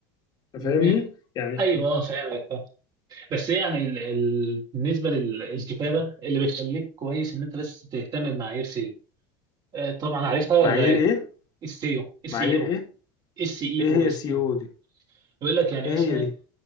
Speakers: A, on the right; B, on the left.
A: م-
B: أنت فاهمني يعني
A: أيوه آه، فاهمك آه. بس يعني ال... ال... بالنسبة للكتابة اللي بيخليك كويس إن أنت بس تهتم بمعايير سيو آه، طبعا عارفها ولا
B: معايير
A: إيه؟
B: ايه
A: السيو السي
B: معايير
A: إي أو
B: ايه
A: السي إي
B: ايه
A: أو
B: هي
A: السيو
B: سي او دي
A: بيقول لك يعني
B: ايه
A: مثلا
B: هي دي